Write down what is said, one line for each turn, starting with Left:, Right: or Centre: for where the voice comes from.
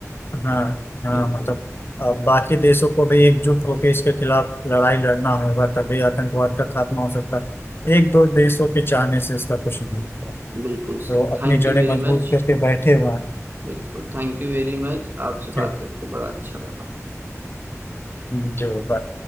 Left: हाँ हाँ
Right: बिल्कुल
Left: मतलब अ, बाकी देशों को भी एकजुट होकर इसके खिलाफ लड़ाई लड़ना होगा तभी आतंकवाद का खात्मा हो सकता है एक दो देशों के चाहने से इसका कुछ नहीं होता
Right: बिल्कुल
Left: तो
Right: sir
Left: अपनी
Right: thank
Left: जड़ें
Right: you very
Left: मजबूत
Right: much
Left: करके बैठे हुए हैं
Right: बिल्कुल थैंक यू वेरी मच आपसे
Left: ठीक
Right: बात करके बड़ा अच्छा लगा
Left: जी बाय